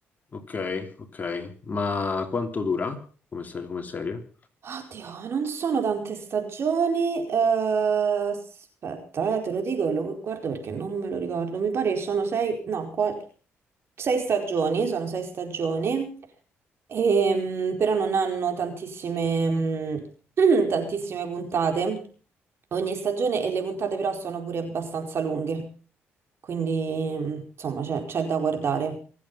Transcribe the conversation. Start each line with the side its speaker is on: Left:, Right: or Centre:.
Left: Ok, ok. Ma quanto dura come serie? Come serie?
Right: Oddio, non sono tante stagioni. eh, aspetta, eh, te lo dico e lo guardo perché non me lo ricordo. Mi pare che sono sei, no, qua- sei stagioni, sono sei stagioni, ehm, però non hanno tantissime, mm, <clears throat> tantissime puntate. Ogni stagione e le puntate però sono pure abbastanza lunghe. Quindi, mm, insomma, c'è c'è da guardare.